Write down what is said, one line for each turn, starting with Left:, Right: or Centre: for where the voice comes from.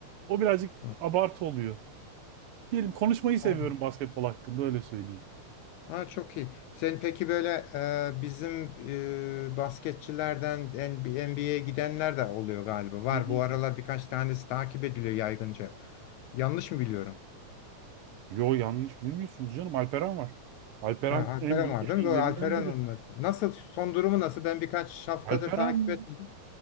Right: o birazcık
Left: Hı.
Right: abartı oluyor. Diyelim konuşmayı seviyorum
Left: Anladım.
Right: basketbol hakkında öyle söyleyeyim.
Left: Ha, çok iyi. Sen peki böyle e, bizim e, basketçilerden NBA'ye gidenler de oluyor galiba. Var
Right: Hı hı.
Left: bu aralar birkaç tanesi takip ediliyor yaygınca. Yanlış mı biliyorum?
Right: Yo yanlış bilmiyorsunuz canım Alperen var. Alperen
Left: Ha, Alperen
Right: en, bi-
Left: var
Right: en
Left: değil mi? Doğru
Right: iyilerinden
Left: Alperen
Right: biri.
Left: onunla. Nasıl son durumu nasıl? Ben birkaç haftadır
Right: Alperen
Left: takip etmedim.